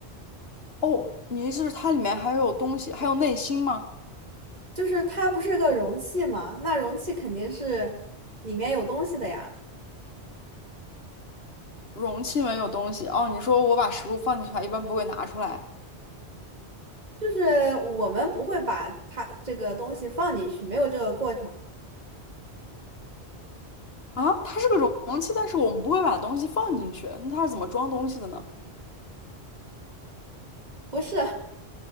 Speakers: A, on the left; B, on the right.
A: 哦，你意思是它里面还有东西，还有内心吗？
B: 就是它不是个容器嘛？那容器肯定是里面有东西的呀，
A: 容器没有东西。哦，你说我把食物放进去，它一般不会拿出来。
B: 就是我们不会把它这个东西放进去，没有这个过程。
A: 啊，它是个容器，但是我们不会把东西放进去，那它是怎么装东西的呢？
B: 不是，